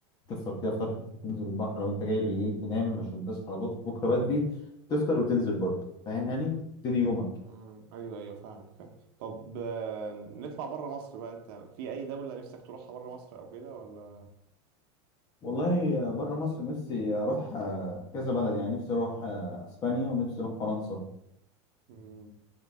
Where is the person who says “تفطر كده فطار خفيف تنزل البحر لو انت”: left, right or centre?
Left